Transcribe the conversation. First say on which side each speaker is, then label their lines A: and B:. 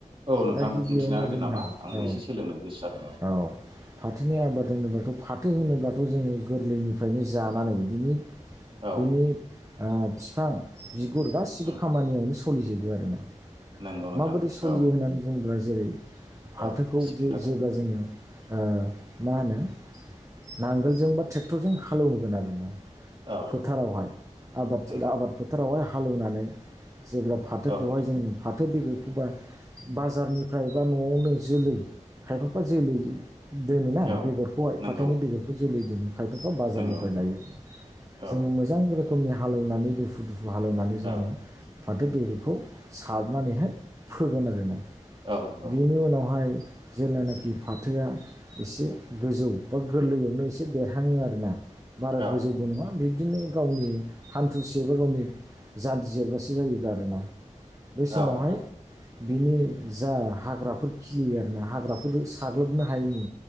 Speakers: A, on the right; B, on the right.
A: औ नोंथां
B: दा गिबियावनो
A: बुंथिना होदो
B: जोंहा
A: नामा
B: औ
A: आंबो एसे सोलोंनो गोसो जादों
B: औ फाथोनि आबाद होनोबाथ' फाथो होनोबाथ' जोङो गोरलैनिफ्रायनो जानानै बिनि
A: औ
B: बिनि बिफां बिगुर गासैबो
A: उम
B: खामानियावनो सोलिजोबो आरो ना
A: नंगौ नोंथां
B: माबोरै सोलियो
A: औ
B: होननानै बुङोब्ला जों जेरै फाथोखौ
A: औ एसे
B: जे
A: खोन्थादो
B: जेब्ला जोङो आ मा होनो नांगोलजों बा ट्रेक्टरजों हालेवगोन आरो
A: औ
B: फोथारावहाय आबाद
A: नंगौ
B: आबाद फोथारावहाय हालेवनानै जेब्ला फाथोखौहाय
A: औ नोंथां
B: जों फाथो बेगरखौबा बाजारनिफ्राय बा न'आवनो जोलै खायफाफा जोलै दोनोना
A: औ
B: बेगरखौहाय
A: नंगौ
B: फाथोनि बेगरखौ जोलै दोनो खायफा बाजारनिफ्राय
A: नंगौ नंगौ
B: लायो
A: औ
B: जों मोजां रोखोमनि हालेवनानै दुफु दुफु हालेवनानै
A: औ
B: जोङो फाथो बेगरखौ सारनानैहाय फोगोन आरो ना
A: औ नंगौ
B: बिनि उनावहाय जेलानाखि फाथोआ एसे गोजौ बा गोरलैयावनो एसे देरहाङो आरोना बारा
A: औ
B: गोजौबो नङा बे बिदिनो गावनि हान्थु सेरबा गावनि जानजि जेरबासे जायो आरोना बे समावहाय
A: औ नोंथां
B: बिनि जा हाग्राफोर खिलियो आरोना हाग्राफोर साग्लोबनो हायिनि